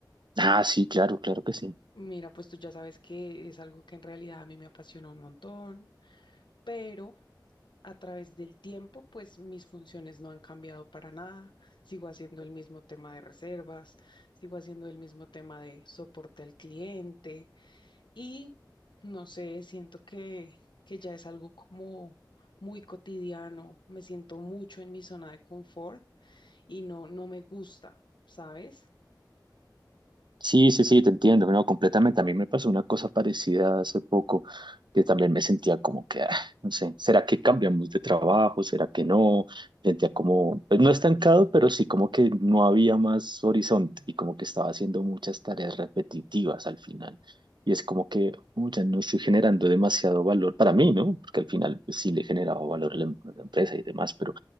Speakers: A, on the right; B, on the left.
A: Ah, sí, claro, claro que sí.
B: Mira, pues tú ya sabes que es algo que en realidad a mí me apasiona un montón, pero... A través del tiempo, pues mis funciones no han cambiado para nada. Sigo haciendo el mismo tema de reservas, sigo haciendo el mismo tema de soporte al cliente y no sé, siento que, que ya es algo como muy cotidiano. Me siento mucho en mi zona de confort y no, no me gusta, ¿sabes?
A: Sí, sí, sí, te entiendo, no, completamente. A mí me pasó una cosa parecida hace poco, que también me sentía como que, ah, no sé, ¿será que cambiamos de trabajo? ¿Será que no? Sentía como, pues no estancado, pero sí como que no había más horizonte y como que estaba haciendo muchas tareas repetitivas al final. Y es como que, "Oh, ya no estoy generando demasiado valor para mí, ¿no? Porque al final, pues, sí le generaba valor a la, a la empresa y demás, pero